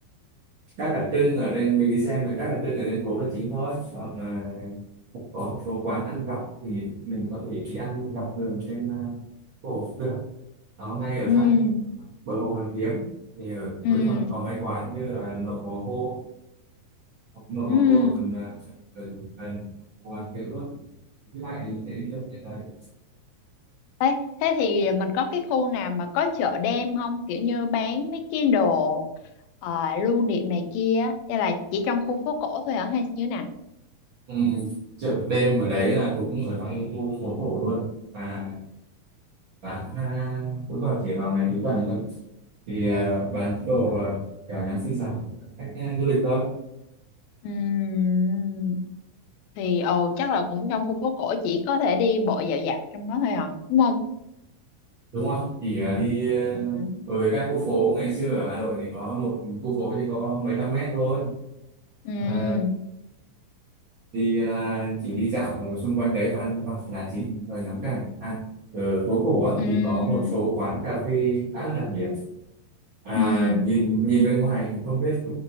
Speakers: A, on the right (about 70°); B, on the left (about 85°).
A: các đặc trưng ở trên mình đi xem là các đặc trưng ở trên phố là chính thôi còn ờ, có một số quán ăn vặt thì mình có thể đi ăn dọc đường trên ờ, phố cũng được nó ngay ở
B: Ừ. ừm,
A: sát bờ hồ Hoàn Kiếm thì ở
B: ừm,
A: cuối tuần có mấy quán như là nộm bò khô. nó
B: ừm.
A: nó có ở gần à, gần gần Hồ Hoàn Kiếm luôn Thì thứ bảy thì có thể đi chơi cái đấy
B: Ê, thế thì mình có cái khu nào mà có chợ đêm không kiểu như bán mấy cái đồ ờ, lưu niệm này kia hay là chỉ trong khu phố cổ thôi hả hay như thế nào
A: ừ, chợ đêm ở đấy là cũng ở trong khu phố cổ luôn và bán à, cũng vào chỉ vào ngày cuối tuần thôi thì à, bán những đồ à, kiểu nhắn xinh xắn cách à, du lịch thôi
B: Ừm. thì ồ chắc là cũng trong khu phố cổ chỉ có thể đi bộ dạo dạo trong đó thôi à đúng không
A: đúng không chỉ à, đi à,
B: ừ
A: bởi vì các khu phố ngày xưa ở Hà Nội thì có một khu phố thì có mấy trăm mét thôi
B: ừ
A: à, thì là chỉ đi dạo ở xung quanh đấy và ăn vặt là chính rồi ngắm cảnh à ở phố cổ á,
B: ừ
A: thì có một số quán cà phê khá là đặc biệt à
B: ừ
A: nhìn nhìn bên ngoài thì không biết